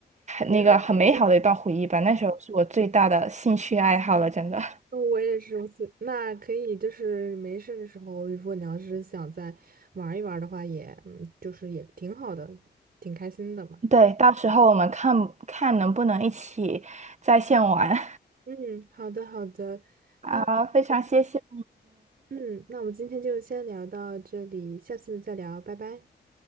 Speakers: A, on the right (about 60°); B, on the right (about 40°).
A: 美好的回忆。
B: 那个很美好的一段回忆吧。那时候是我最大的兴趣爱好了，真的。
A: 哦我也是如此，我是那可以，就是没事的时候，如果你要是想再玩一玩的话也，嗯就是也挺好的，挺开心的嘛。
B: 对，到时候我们看看能不能一起在线玩。
A: 嗯，好的好的，
B: <laughs> 好，
A: 那我们今天，
B: 非常谢谢，
A: 嗯，那我们今天就先聊到这里，下次再聊，拜拜。